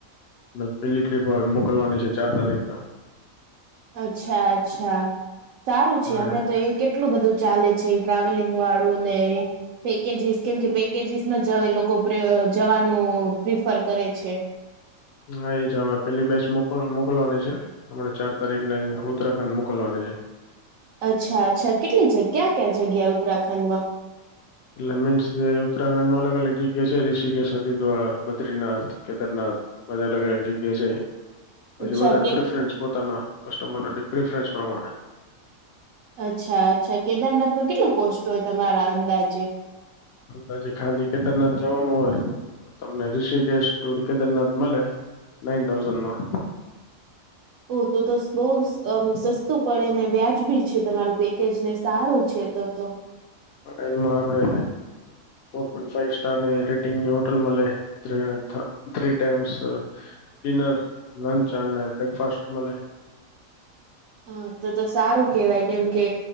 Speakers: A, on the left; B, on the right.
A: હવે પેલી ટ્રીપ હવે મોકલવાની છે ચાર તારીખના.
B: અચ્છા-અચ્છા. સારું છે,
A: હા
B: હમણાં તો એ કેટ કેટલું બધું ચાલે છે ટ્રાવેલિંગ વાળું ને પેકેજીસ કેમ કે પેકેજીસમાં જ લોકો જવાનું પ્રિફર કરે છે.
A: હા ઈજ હવે પેલી બેચ મોકલ મોકલવાની છે. હમણા ચાર તારીખ ને ઉત્તરાખંડ મોકલવાની છે.
B: અચ્છા-અચ્છા કેટલી જગ્યા ક્યાં ક્યાં જગ્યા ઉત્તરાખંડમાં?
A: એટલે મીન્સ જે ઉત્તરાખંડ માં અલગ-અલગ જગ્યા છે. ઋષિકેશ, હરિદ્વાર.... બદ્રીનાથ, કેદારનાથ બધાં અલગ અલગ જગ્યા છે. પછી
B: અચ્છા
A: બધાને
B: કે
A: પ્રિફરન્સ પોતાના કસ્ટમર પ્રિફરન્સ પ્રમાણે
B: અચ્છા-અચ્છા. કેદારનાથ નું કેટલું કોસ્ટ હોય? તમારા અંદાજે.
A: અંદાજે ખાલી કેદારનાથ જવાનું હોય, ઋષિકેશ ટુર, કેદારનાથ મળે નાઇન થાઉઝનમાં.
B: ઓ તો તો સ બઉ અ સસ્તું પડે ને વ્યાજબી છે, તમારું પેકેજ ને સારું છે તો તો.
A: અ ટેનમાં આપડે ફોર પોઈન્ટ ફાઈવ સ્ટાર ની રેટિંગની હોટલ મલે three times sir dinner, lunch અને બ્રેકફાસ્ટ મલે.
B: હ તો-તો સારું કેવાય કેમ કે...